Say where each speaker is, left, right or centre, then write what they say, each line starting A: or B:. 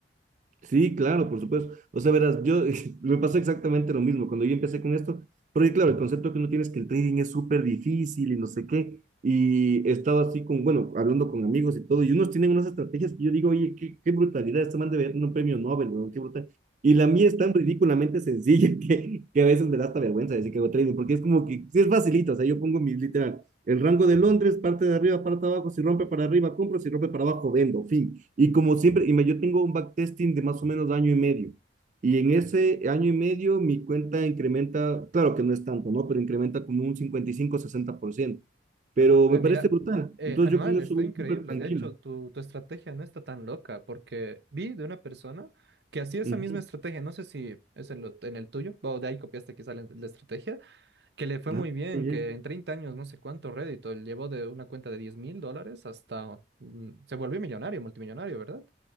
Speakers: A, on the right; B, on the right.
A: Sí, claro, por supuesto. O sea, verás, yo <laughs> me pasó exactamente lo mismo cuando yo empecé con esto, porque claro, el concepto que uno tiene es que el trading es súper difícil y no sé qué, y he estado así con, bueno, hablando con amigos y todo, y unos tienen unas estrategias que yo digo, oye, qué, qué brutalidad, este man debe ganar un premio Nobel, weón, qué brutal. Y la mía es tan ridículamente sencilla <laughs> que, que a veces me da hasta vergüenza decir que hago trading, porque es como que sí es facilito, o sea, yo pongo mis, literal, el rango de Londres, parte de arriba, parte de abajo, si rompe para arriba, compro, si rompe para abajo, vendo, fin. Y como siempre, y me, yo tengo un backtesting de más o menos año y medio. Y en ese año y medio mi cuenta incrementa, claro que no es tanto, ¿no? Pero incrementa como un cincuenta y cinco a sesenta por ciento Pero
B: Anual, eh,
A: me parece
B: mira,
A: brutal.
B: eh,
A: Entonces
B: anual,
A: yo con eso
B: está
A: voy
B: increíble.
A: súper tranquilo.
B: De hecho, tu, tu estrategia no está tan loca, porque vi de una persona que hacía esa
A: Uh -huh.
B: misma estrategia, no sé si es en, lo- en el tuyo, o de ahí copiaste quizá la, la estrategia, que le fue
A: ah,
B: muy bien,
A: sí, yeah.
B: que en 30 años, no sé cuánto rédito, él llevó de una cuenta de diez mil dólares hasta... mm, se volvió millonario, multimillonario, ¿verdad?